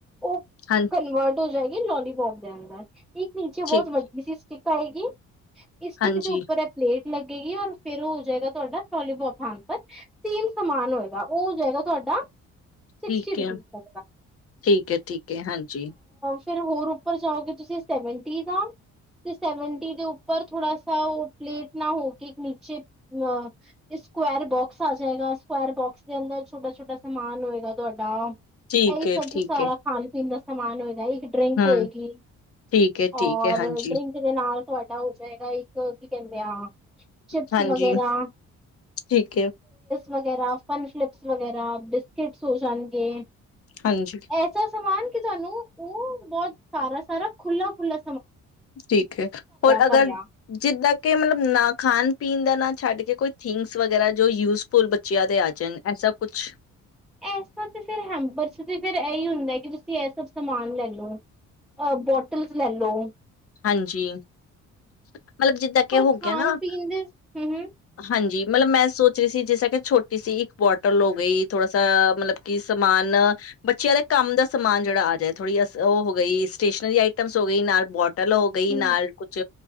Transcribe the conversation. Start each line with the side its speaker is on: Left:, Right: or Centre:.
Centre: ਉਹ
Left: ਹਾਂ
Centre: ਕਨਵਰਟ ਹੋ ਜਾਏਗੀ ਲੋਲੀਪੋਪ ਦੇ ਅੰਦਰ ਇੱਕ ਨੀਚ ਬਹੁਤ
Left: ਠੀਕ
Centre: <unintelligible> ਸੀ ਪਏਗੀ ਇਕ
Left: ਹਾਂਜੀ
Centre: ਦੇ ਉੱਪਰ ਹੈ ਪਲੇਟ ਲੱਗੇਗੀ ਔਰ ਫੇਿਰ ਉਹ ਹੋ ਜਾਏਗਾ ਤੁਹਾਡਾ ਟੋਲੀਬੋਪ ਹੈਪਰ ਸੀਮ ਸਮਾਨ ਹੋਏਗਾ ਉਹ ਹੋ ਜਾਏਗਾ ਤੁਹਾਡਾ
Left: ਠੀਕ
Centre: ਸਿਕਸਟੀ ਰੁਪੀਸ
Left: ਹੈ
Centre: <inaudible>
Left: ਠੀਕ ਹੈ ਠੀਕ ਹੈ ਹਾਂਜੀ
Centre: ਫਿਰ ਹੋਰ ਉੱਪਰ ਜਾਓਗੇ ਤੁਸੀਂ ਸੈਵਨਟੀ ਦਾ, ਤੇ ਸੈਵਨਟੀ ਦੇ ਉੱਪਰ ਥੋੜ੍ਹਾ ਉਹ ਪਲੇਟ ਨਾ ਹੋ ਕੇ ਇੱਕ ਨੀਚੇ ਅ ਸਕੁੈਰ ਬੋਕਸ ਆ ਜਾਏਗਾ ਸਕੈਰ ਬੋਕਸ ਦੇ ਅੰਦਰ ਛੋਟਾ-ਛੋਟਾ ਸਮਾਨ ਹੋਏਗਾ ਤੁਹਾਡਾ
Left: ਠੀਕ
Centre: ਇਹੀ
Left: ਹੈ
Centre: ਸ
Left: ਠੀਕ
Centre: ਸਾਰਾ
Left: ਹੈ
Centre: ਖਾਣ ਪੀਣ ਦਾ ਸਮਾਨ ਹੋਏਗਾਈ ਡਰਿੰਕ
Left: ਹਮ
Centre: ਹੋਏਗੀ,
Left: ਠੀਕ ਹੈ
Centre: ਔਰ
Left: ਠੀਕ ਹੈ ਹਾਂਜੀ
Centre: ਡਰਿੰਕ ਦੇ ਨਾਲ ਵੱਡਾ ਹੋ ਜਾਏਗਾ ਇੱਕ ਕੀ ਕਹਿੰਦੇ ਆ ਚਿਪਸ
Left: ਹਾਂਜੀ
Centre: ਵਗੈਰਾ
Left: ਠੀਕ ਹੈ
Centre: ਵਗੈਰਾ ਫਨ ਫਲਿਪਸ ਵਗੈਰਾ ਬਿਸਕਿਟਸ ਹੋ ਜਾਣਗੇ।
Left: ਹਾਂਜੀ
Centre: ਐਸਾ ਸਮਾਨ ਕਿ ਤੁਹਾਨੂੰ ਉਹ ਬਹੁਤ ਸਾਰਾ ਸਾਰਾ ਖੁਲਾ ਖੁਾ
Left: ਠੀਕ ਹੈ ਹੋਰ ਅਗਰ
Centre: ਭਰਿਆ
Left: ਜਿੱਦਾਂ ਕਿ ਮਤਲਬ ਨਾ ਖਾਣ ਪੀਣ ਦਾ ਨਾ ਛੱਡ ਕੇ ਕੋਈ ਥਿੰਗਸ ਵਗੈਰਾ ਜੋ ਯੂਜਫੁਲ ਬੱਚਿਆਂ ਦੇ ਆ ਜਾਣ ਐਸਾ ਕੁਛ।
Centre: ਐਸਾ ਤੇ ਫਿਰ ਹੈਂਪਰ ਫਿਰ ਇਹੀ ਹੁੰਦਾ ਕਿ ਤੁਸੀਂ ਇਹ ਸਭ ਸਮਾਨ ਲੈ ਲੋ ਅਹ ਬੋਟਲਸ ਲੈ ਲੋ।
Left: ਹਾਂਜੀ ਮਤਲਬ ਜਿੱਦਾਂ ਕਿ
Centre: ਪਰ
Left: ਹੋ
Centre: ਖਾਣ
Left: ਗਿਆ ਨਾ
Centre: ਪੀਣ ਦੇ ਹਮ ਹਮ
Left: ਹਾਂਜੀ ਮਤਲਬ ਮੈਂ ਸੋਚ ਰਹੀ ਸੀ ਜਿਸ ਤਰਾਂ ਕਿ ਛੋਟੀ ਸੀ ਇੱਕ ਬੋਟਲ ਹੋ ਗਈ ਥੋੜਾ ਸਾ ਮਤਲਬ ਕਿ ਸਮਾਨ ਬੱਚਿਆਂ ਦੇ ਕੰਮ ਦਾ ਸਮਾਨ ਜਿਹੜਾ ਆ ਜਾਏ ਥੋੜੀ ਅ ਉਹ ਹੋ ਗਈ ਸਟੇਸ਼ਨਰੀ ਆਈਟਮਸ ਹੋ ਗਈ ਨਾਲ ਬੋ ਚਲ ਹੋ ਗਈ
Centre: ਹਮ
Left: ਨਾਲ ਕੁਛ